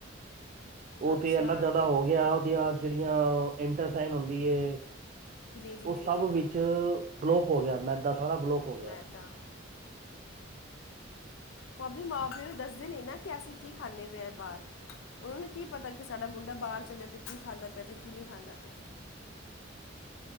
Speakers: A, on the right; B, on the left.
A: ਉਹ
B: ਅੱਛਾ
A: ਤੇ ਇਨਾ ਜ਼ਿਆਦਾ ਹੋ ਗਿਆ, ਉਹਦੀਆਂ ਜਿਹੜੀਆਂ ਇੰਟਸੈਟਾਈਨ ਹੁੰਦੀ ਹੈ,
B: ਜੀ ਜੀ
A: ਉਹ
B: ਜੀ
A: ਸਭ
B: ਜੀ ਜੀ
A: ਵਿੱਚ ਬਲੋਕ ਹੋ ਗਿਆ, ਮੈਂਦਾ ਸਾਰਾਂ ਬਲੋਕ ਹੋ ਗਿਆ।
B: ਮੈਦਾ ਪਾਬਲ ਏ ਮਾ ਪਿਯੋ ਨੂੰ ਦੱਸਦੇ ਨੀ ਨਾ, ਕਿ ਅਸੀਂ ਕੀ ਖਾਂਦੇ ਪਏ ਆਂ ਬਾਹਰ ਉਹਨਾਂ ਨੂੰ ਕੀ ਪਤਾ ਕਿ ਸਾਡਾ ਮੁੰਡਾ ਬਾਹਰ ਚੱਲਿਆ, ਤੇ ਕੀ ਖਾਂਦਾ ਪਯਾ ਤੇ ਕੀ ਨਹੀਂ ਖਾਂਦਾ ਪਯਾ